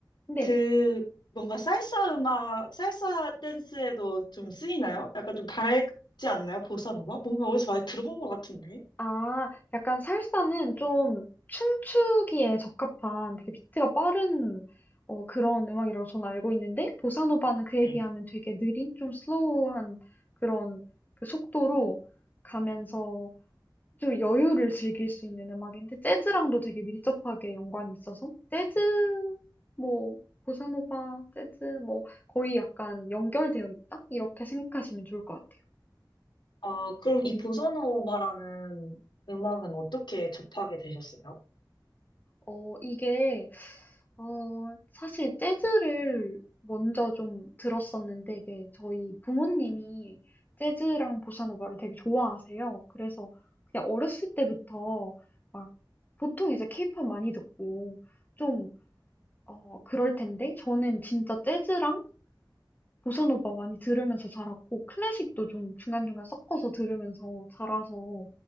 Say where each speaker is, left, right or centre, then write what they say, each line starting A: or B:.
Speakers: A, on the left; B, on the left.
A: 네.
B: 그 뭔가 살사 음악, 살사 댄스에도 좀 쓰이나요? 약간 좀 밝지 않나요? 보사노바? 뭔가 어디서 많이 들어본 것 같은데.
A: 아, 약간 살사는 좀 춤추기에 적합한 되게 비트가 빠른 어, 그런 음악이라고 저는 알고 있는데, 보사노바는 그에
B: 네.
A: 비하면 되게 느린, 좀 슬로우한 그런 그 속도로 가면서 좀 여유를 즐길 수 있는 음악인데 재즈랑도 되게 밀접하게 연관이 있어서 재즈 뭐 보사노바 재즈 뭐 거의 약간 연결되어 있다 이렇게 생각하시면 좋을 것 같아요.
B: 아, 그럼 이 보사노바라는 음악은 어떻게 접하게 되셨어요?
A: 어 이게 어 사실 재즈를 먼저 좀 들었었는데 이게 저희 부모님이 재즈랑 보사노바를 되게 좋아하세요. 그래서 그냥 어렸을 때부터 막 보통 이제 케이팝 많이 듣고 좀 어, 그럴 텐데 저는 진짜 재즈랑 보사노바 많이 들으면서 자랐고 클래식도 좀 중간중간 섞어서 들으면서 자라서